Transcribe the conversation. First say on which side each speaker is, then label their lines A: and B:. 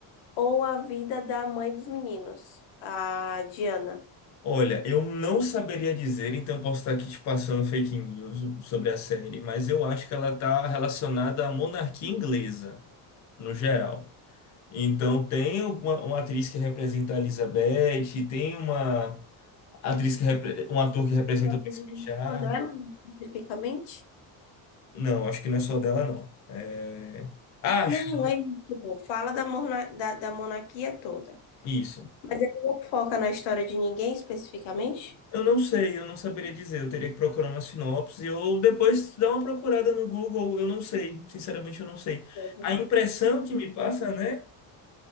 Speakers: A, on the left; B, on the left.
A: ou à vida da mãe dos meninos, a Diana.
B: Olha, eu não saberia dizer, então eu posso estar aqui te passando fake news sobre a série, mas eu acho que ela está relacionada à monarquia inglesa, no geral. Então tem uma, uma atriz que representa a Elizabeth, tem uma atriz que repre- um ator que representa
A: a vida
B: o Príncipe
A: de
B: Charles.
A: uma delas, Especificamente?
B: Não, acho que não é só dela, não. É... Acho
A: Não, é isso. pô. Fala da, morna- da, da monarquia toda.
B: isso.
A: Mas ele não foca na história de ninguém especificamente?
B: Eu não sei, eu não saberia dizer. Eu teria que procurar uma sinopse ou depois dar uma procurada no Google. Eu não sei, sinceramente, eu não sei.
A: né?
B: A impressão que me passa, né?